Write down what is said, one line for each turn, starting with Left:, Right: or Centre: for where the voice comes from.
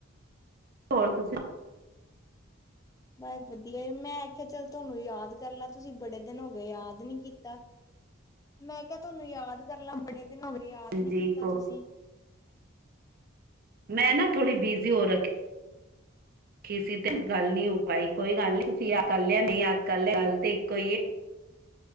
Right: ਹੋਰ ਤੁਸੀਂ
Left: ਬਸ ਵਧੀਆ ਜੀ। ਮੈਂ ਆਖਿਆ ਚੱਲ ਤੁਹਾਨੂੰ ਯਾਦ ਕਰ ਲਾ ਤੁਸੀਂ ਬੜੇ ਦਿਨ ਹੋ ਗਏ ਯਾਦ ਨੀ ਕੀਤਾ। ਮੈਂ ਕਿਹਾ ਤੁਹਾਨੂੰ ਯਾਦ ਕਰ ਲਾ, ਬੜੇ ਦਿਨ ਹੋ ਗਏ ਯਾਦ
Right: ਹਾਂਜੀ
Left: ਨੀ ਕੀਤਾ
Right: ਕੋ
Left: ਤੁਸੀਂ।
Right: ਮੈਂ ਨਾ ਥੋੜ੍ਹੀ ਬਿਜ਼ੀ ਹੋ ਰੱਖੀ
Left: <inaudible> <inaudible>
Right: ਕਿਸੀ ਦਿਨ ਗੱਲ ਨੀ ਹੋ ਪਾਈ ਕੋਈ ਗੱਲ ਨੀ ਤੁਸੀਂ ਯਾਦ ਕਰ ਲਿਆ ਯਾਦ ਕਰ ਲਿਆ ਗੱਲ ਤੇ ਇਕੋ